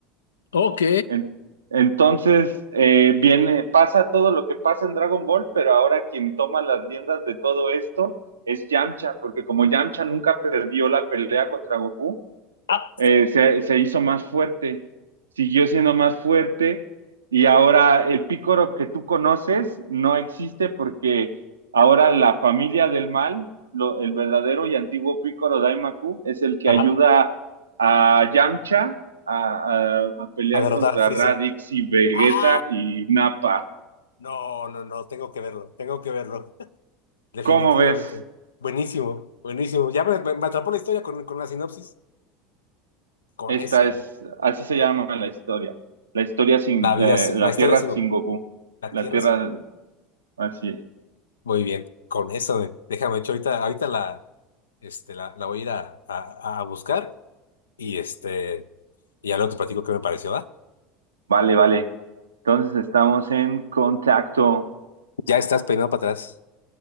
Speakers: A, on the left (about 80°); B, on the right (about 80°).
A: Ok.
B: En- entonces, eh, viene, pasa todo lo que pasa en Dragon Ball, pero ahora quien toma las riendas de todo esto es Yamcha, porque como Yamcha nunca perdió la pelea contra Goku,
A: Ah,
B: eh, se, se hizo más fuerte, siguió siendo más fuerte y ahora el pícoro que tú conoces no existe porque ahora la familia del mal, lo- el verdadero y antiguo pícoro Daimaku, es el que
A: Ajá.
B: ayuda a Yamcha a, a- a pelear
A: A derrotar
B: contra
A: a Freezer.
B: Raditz y Vegeta
A: Ah,
B: y Nappa.
A: no, no, no, tengo que verlo, tengo que verlo. <laughs> Definitivamente.
B: ¿Cómo ves?
A: Buenísimo, buenísimo. Ya me, me- me atrapó la historia con, con la sinopsis. Con
B: Esta
A: eso,
B: es,
A: men.
B: así se llama la historia. La historia sin,
A: La vida,
B: eh,
A: sin-
B: la
A: la historia
B: Tierra
A: sin
B: sin
A: Goku.
B: Goku.
A: La
B: La
A: tierra
B: Tierra,
A: sin Goku.
B: así es.
A: Muy bien, con eso, men. Déjame, de hecho, ahorita, ahorita la, este, la, la voy a ir a, a- a buscar y este, y ya luego te platico qué me pareció, ¿va?
B: Vale, vale. Entonces estamos en contacto.
A: Ya estás peinado para atrás.